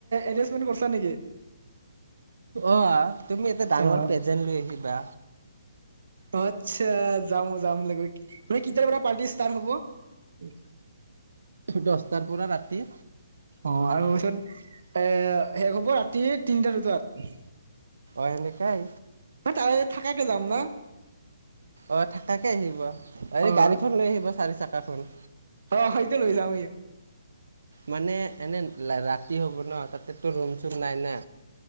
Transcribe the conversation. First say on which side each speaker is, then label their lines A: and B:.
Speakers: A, on the right (about 70°); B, on the right (about 85°).
A: এডজাষ্টমেণ্ট কৰিছ নেকি
B: আহ তুমি এটা ডাঙৰ
A: অ
B: পেজেন্ট লৈ আহিবা
A: আচ্ছা যাম যাম ল কেতিয়াৰ পৰা পাৰ্টি ষ্টাৰ্ট হব
B: দছটাৰ পৰা ৰাতি
A: অ আৰু পিছত এ শেষ হব ৰাতি তিনিটা দুটাত
B: এনেকাই
A: ম ত থাকাইটো দাম ন
B: অঁ থাকাকৈ আহিব এই
A: অ
B: গাড়ীখন লৈ আহিব চাৰি চাক তাকোন
A: অ হেটো লৈ যামই
B: মানে এনে ৰাতি হ'ব ন তাতেতো ৰুম চুম নাই না